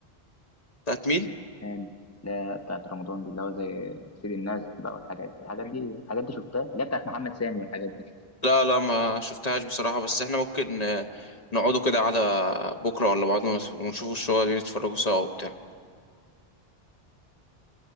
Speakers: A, on the left; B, on the left.
A: بتاعت مين
B: زمان، اللي هي بتاعت رمضان دي اللي هو زي سيد الناس بقى والحاجات دي الحاجات دي الحاجات دي شفتها اللي هي بتاعت محمد سامي والحاجات دي
A: لا لا ما شفتهاش بصراحه بس احنا ممكن آه، نقعدوا كده قعده بكره ولا بعد ونشوفوا الشغل نتفرجوا سوا وبتاع